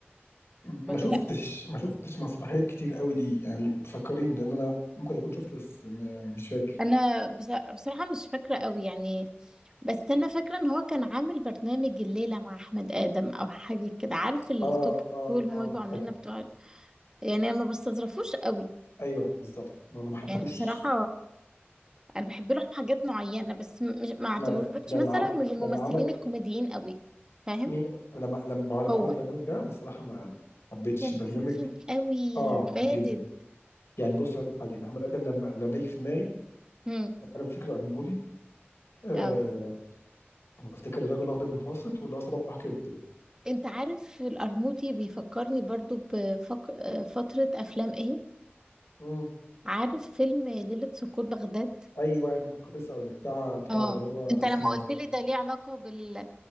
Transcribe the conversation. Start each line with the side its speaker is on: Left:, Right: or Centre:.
Left: ما
Right: ولا
Left: شفتش
Right: لا
Left: ما شفتش مسرحيات كتير قوي ليه يعني فكريني لان انا ممكن اكون شفت بس م- مش فاكر
Right: انا بص- بصراحه مش فاكره قوي يعني بس انا فاكره ان هو كان عامل برنامج الليله مع احمد ادم او حاجه كده عارف التوك
Left: اه اه
Right: شو اللي هما بيبقوا عاملينها
Left: اه
Right: بتوع يعني ما بستظرفوش قوي
Left: ايوه بالظبط ما انا ما حبيتوش
Right: يعني بصراحة أنا بحب له حاجات معينة بس م- مش ما اعتبروش
Left: ما لما
Right: مثلا
Left: عم...
Right: من الممثلين
Left: لما عمل
Right: الكوميديين قوي فاهم
Left: مي... لما لما هو لما
Right: هو
Left: عمل البرنامج ده انا الصراحه ما حبيتش
Right: كان
Left: البرنامج
Right: رخم قوي
Left: اه
Right: بارد
Left: جدا يعني بص هقول لك حاجه يعني احمد ادم لما لما يجي في دماغي
Right: امم
Left: انا بفتكر القرموطي آه
Right: اه
Left: بفتكر الرجل الابيض المتوسط واللي هو صباح كده ده
Right: انت عارف القرموطي بيفكرني برضو بفترة أفلام ايه
Left: امم
Right: عارف فيلم ليلة سقوط بغداد
Left: ايوه كنت لسه اقول لك بتاع بتاع
Right: اه
Left: اللي هو
Right: انت
Left: اسمه
Right: لما قلت لي ده ليه علاقة بال...